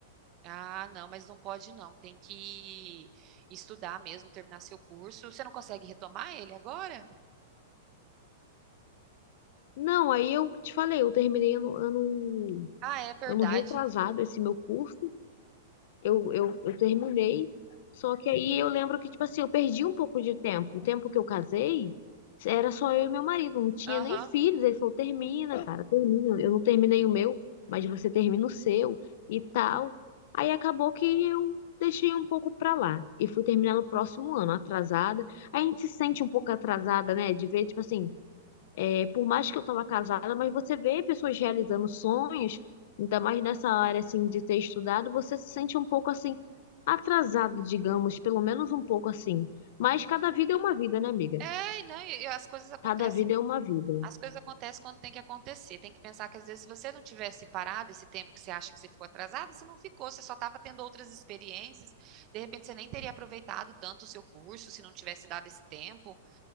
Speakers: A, on the right (about 40°); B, on the left (about 60°).
A: Ah, não, mas não pode não. Tem que estudar mesmo, terminar seu curso. Você não consegue retomar ele agora?
B: Não, aí eu te falei, eu terminei ano, ano,
A: Ah, é verdade.
B: ano retrasado esse meu curso. Eu, eu, eu terminei, só que aí eu lembro que, tipo assim, eu perdi um pouco de tempo. O tempo que eu casei, era só eu e meu marido, não tinha
A: Aham.
B: nem filhos. Ele falou: termina, cara, termina. Eu não terminei o meu, mas você termina o seu e tal. Aí acabou que eu deixei um pouco pra lá e fui terminar no próximo ano, atrasada. Aí a gente se sente um pouco atrasada, né? De ver, tipo assim. É, por mais que eu estava casada, mas você vê pessoas realizando sonhos, ainda mais nessa área assim de ter estudado, você se sente um pouco assim atrasado, digamos, pelo menos um pouco assim. Mas cada vida é uma vida, né, amiga?
A: É, não, e- e as coisas acontecem.
B: Cada vida é uma vida.
A: As coisas acontecem quando tem que acontecer. Tem que pensar que às vezes se você não tivesse parado esse tempo que você acha que você ficou atrasada, você não ficou, você só estava tendo outras experiências. De repente você nem teria aproveitado tanto o seu curso se não tivesse dado esse tempo.